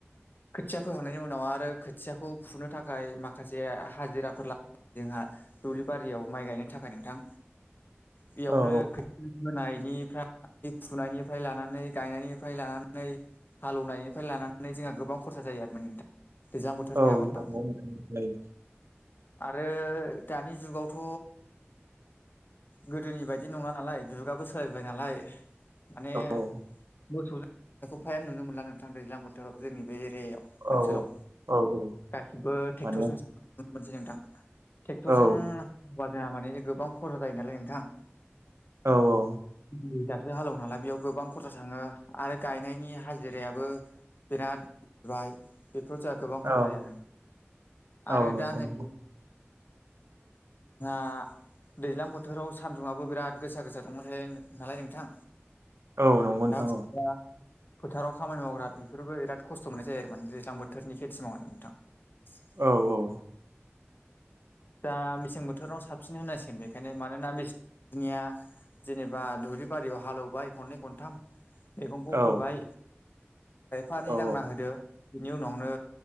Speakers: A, on the left (about 50°); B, on the right (about 75°).
A: खोथिया फोखांनायनि उनाव आरो खोथियाखौ फुनो थाखाय माखासे हाजिराफोर ला जोंहा दुब्लि बारियाव माइ गायनो थाखाय नोंथां बेयावनो
B: औ
A: खोथिया फोनायनिफ्राय बे फुनायनिफ्राय लानानै गायनायनिफ्राय लानानै हाल एवनायनिफ्राय लानानै जोंहा गोबां खरसा जायो आरो माने नोंथां दैज्लां बोथोरनि
B: औ
A: आबादाव
B: नंगौ नोंथां जायो
A: आरो दानि जुगावथ' गोदोनि बायदि नङा नालाय जुगाबो सोलायबाय नालाय माने
B: औ
A: मोसौ खौ फ्रायानो नुनो मोनला नोंथां दैज्लां बोथोराव जोंनि बे एरियायाव ओनसोलाव
B: औ औ औ
A: गासिबो ट्रेक्टरजों
B: माने
A: मोनसै नोंथां ट्रेक्टरजों
B: औ
A: हा जोंहा माने गोबां खरहा जायो नालाय नोंथां
B: औ औ
A: हिसाबसो हालेव नालाय बेयाव गोबां खरसा थांङो आरो गायनायनि हाजिरायाबो बिराद बाय बेफोराव जा गोबां
B: औ
A: खहा जायो आरो आरो
B: औ नंगौ
A: दा नै
B: नंगौ
A: जोंहा दैज्लां बोथोराव सान्दुंङा आबो बिराद गोसा गोसा दुंबाय थायो नालाय नोंथां
B: औ नंगौ
A: <unintelligible>
B: नोंथां औ
A: फोथाराव खामानि मावग्रा बेफोरबोराद खस्थ' मोननाय जायो आरो माने दैज्लां बोथोरनि खेथि मावोदों नोंथां <inaudible>
B: औ औ
A: दा मेसें बोथोराव साबसिन होनांसिगोन बेखायनो मानोना मेसेंनिया जेनेबा दुब्लि बारियाव हालेौबाय खननै खनथाम मैगंखौ
B: औ
A: फोबाय खायफानि
B: औ
A: दांना होदो बिनि उनावनो